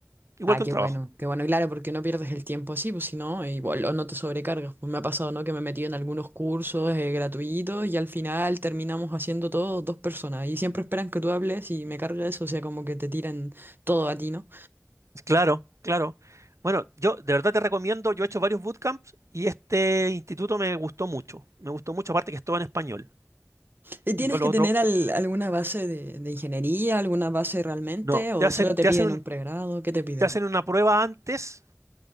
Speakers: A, on the right; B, on the right.
A: Igual
B: Ah,
A: que
B: qué
A: un trabajo.
B: bueno, qué bueno, claro, porque no pierdes el tiempo así, pues si no, igual o no te sobrecargas. Pues me ha pasado, ¿no? Que me he metido en algunos cursos eh, gratuitos y al final terminamos haciendo todos dos personas y siempre esperan que tú hables y me carga eso, o sea, como que te tiran todo a ti, ¿no?
A: Claro, claro. Bueno, yo de verdad te recomiendo, yo he hecho varios bootcamps y este instituto me gustó mucho. Me gustó mucho, aparte que es todo en español.
B: ¿Y tienes
A: Yo lo
B: que tener
A: otro,
B: al- alguna base de, de ingeniería, alguna base realmente,
A: no,
B: o
A: te hacen,
B: solo te
A: te
B: piden
A: hacen, un-
B: un pregrado? ¿Qué te piden?
A: te hacen una prueba antes.